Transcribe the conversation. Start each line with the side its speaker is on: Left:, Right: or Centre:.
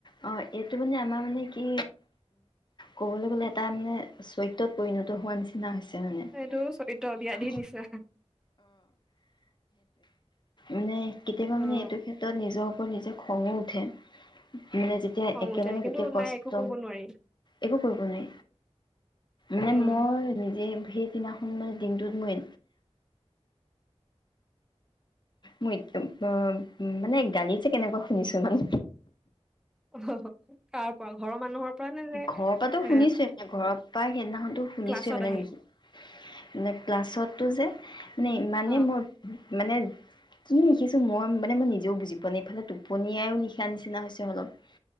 Left: অ এইটো মানে আমাৰ মানে কি ক'বলৈ গ'লে এটা মানে চৰিত্ৰত পৰিণত হোৱা নিচিনা হৈছে মানে
Centre: এইটো চৰিত ব্যাধিৰ
Left: <unintelligible>
Centre: নিচিনা
Left: মানে কেতিয়াবা
Centre: অ
Left: মানে এইটো ক্ষেত্ৰত নিজক নিজে খঙো উঠে মানে যেতিয়া
Centre: খং
Left: একেলগে
Centre: উঠে কিন্তু
Left: গোটেই কষ্ট
Centre: নাই একো কৰিব নোৱাৰি
Left: একো কৰিব নোৱাৰি মানে
Centre: উম
Left: মোৰ নিজে সেইদিনাখন মানে দিনটোত মই মই <unintelligible> মানে গালি যে কেনেকুৱা শুনিছো মানে
Centre: <unintelligible> ঘৰৰ মানুহৰ পৰা নে নে
Left: ঘৰৰ পৰাটো
Centre: এ
Left: শুনিছোয়ে মানে ঘৰৰ পৰা সেইদিনাখনতো শুনিছোয়ে
Centre: ক্লাছত
Left: মানে
Centre: আহি
Left: নেকি মানে ক্লাছত টো যে নাই ইমানে
Centre: অ
Left: মোৰ মানে কি লিখিছো মই মানে মই নিজেও বুজি পোৱা নাই ইফালে টোপনিয়াইও লিখা নিচিনা হৈছে অলপ